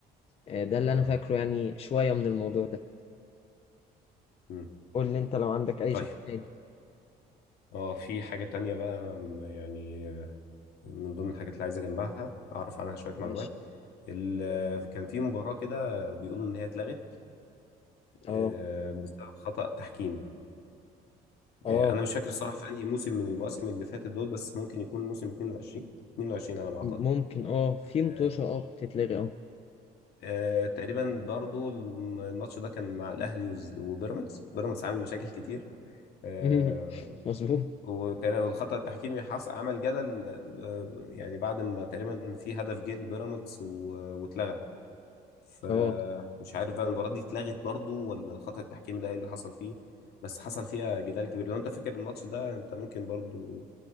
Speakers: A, on the left; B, on the left.
A: آه، ده اللي
B: اه
A: انا فاكره يعني شويه من الموضوع ده
B: امم
A: قول لي انت لو عندك اي
B: طيب
A: سؤال تاني
B: اه في حاجة تانية بقى م- يعني آه، من ضمن الحاجات اللي عايز اجمعها اعرف عنها شوية
A: ماشي
B: معلومات ال- آه،
A: اتفضل
B: كان في مباراة كده آه، بيقولوا ان هي اتلغت
A: اه
B: آه، بسبب خطأ تحكيمي
A: اه
B: آه، انا مش فاكر الصراحه في انهي موسم من المواسم اللي فاتت دول بس ممكن يكون موسم 22 22 على ما اعتقد
A: ممكن اه في
B: آه،
A: متوشه اه بتتلغي اه
B: آه، تقريبا برضو الم- الماتش ده كان مع الاهلي وز- وبيراميدز بيراميدز عامل مشاكل كتير آه،
A: <laughs> مظبوط
B: وت- والخطأ التحكيمي حصل عمل جدل آه، يعني بعد ما تقريبا في هدف جه لبيراميدز و- واتلغى فمش
A: اه
B: عارف بقى المباراة دي اتلغت برضو ولا الخطأ التحكيمي ده ايه اللي حصل فيه بس حصل فيها جدال كبير لو انت فاكر الماتش ده انت ممكن برضو